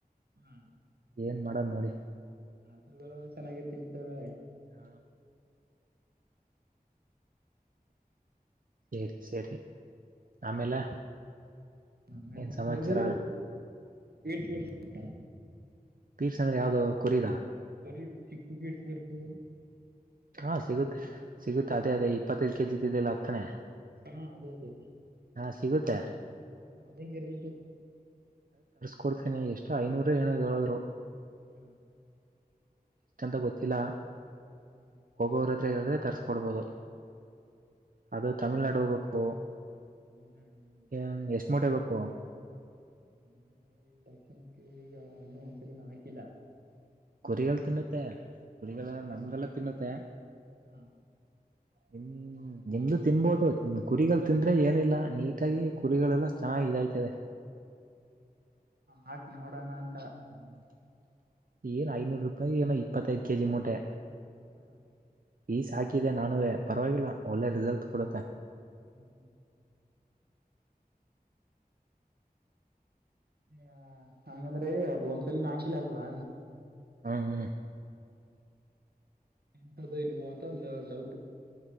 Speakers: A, on the right; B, on the right.
A: ಹ್ಮ್
B: ಏನ್ ಮಾಡೋದ್ ನೋಡಿ
A: ಆಕಳು ಗಳೆಲಾ ಚೆನ್ನಾಗಿ ತಿಂತವೆ
B: ಹ ಸರಿ ಸರಿ ಆಮೇಲೆ
A: ಆಮೇಲೆ
B: ಏನ್ ಸಮಾಚಾರ
A: ಇದು ಗಳು ಸಿಗುತ್ತಾ
B: ಪೀಸ್ ಅಂದ್ರೆ ಯಾವ್ದ ಕುರೀದಾ
A: ಕುರಿದು ಚಿಕ್ ಪೀಸ್ ಬರ್ತದ
B: ಹಾ ಸಿಗುತ್ತೆ ಸಿಗುತ್ತೆ ಅದೇ ಅದೇ ಇಪ್ಪತ್ತೈದು ಕೆಜಿ ಇದೆಯಲ್ಲ ಆದ ತಾನೇ
A: ಹಾ ಅದೇ ಅದೇ
B: ಹಾ ಸಿಗುತ್ತೆ
A: ಹ ಅದೆಂಗೆ ರೇಟು
B: ಕೊಡ್ತೇನೆ ಎಷ್ಟು ಐನೂರು ಏನೋ ಹೇಳಿದ್ರು
A: ಹ್ಮ್
B: ಎಷ್ಟೆಂತ ಗೊತ್ತಿಲ್ಲ
A: <unintelligible>
B: ಹೋಗೋರ ಹತ್ರ ಹೇಳಿದ್ರೆ ತರಿಸ್ಕೊಡ್ಬೋದು ಅದು ತಮಿಳ್ನಾಡು ಹೋಗ್ಬೇಕು
A: ಹ್ಮ್
B: ಹ ಎಷ್ಟ ಮೂಟೆ ಬೇಕು
A: <unintelligible>
B: ಕುರಿಗಳು ತಿನ್ನತ್ತೆ ಕುರಿಗಳ
A: ಹಾಕು
B: ನಮ್ದಲ್ಲ ತಿನ್ನುತ್ತೆ
A: ಹಾ
B: ನಿಮ ನಿಮ್ದು ತಿನ್ಬೋದು ಕುರಿಗಳು ತಿಂದ್ರೆ ಏನಿಲ್ಲ ನೀಟಾಗಿ ಕುರಿಗಳೆಲ್ಲ ಚೆನ್ನಾಗಿ ಇದಾಯ್ತದೆ
A: ಹಾಕಿ ನೋಡೋಣ ಅಂತ
B: <unintelligible> ಏನು ಐನೂರು ರೂಪಾಯ ಏನೋ ಇಪ್ಪತ್ತೈ ಐದು ಕೆ ಜಿ ಮೂಟೆ
A: <unintelligible>
B: ಈಸಿ ಹಾಕಿದೆ ನಾನುವೇ ಪರವಾಗಿಲ್ಲ ಒಳ್ಳೆ ರಿಸಲ್ಟ್ ಕೊಡುತ್ತೆ
A: ಹ್ಮ್ ಹಾ ಹಂಗಂದ್ರೆ ಅದ ಒಂದ್ಸಲನ ಹಾಕಿಲ್ಲ ಅಲ್ವಾ
B: ಹ್ಮ ಹ್ಮ್
A: ಎಂತದ್ದು ಇಲ್ವೋ ಅಂತ ಒಂದು ಡೌಟ್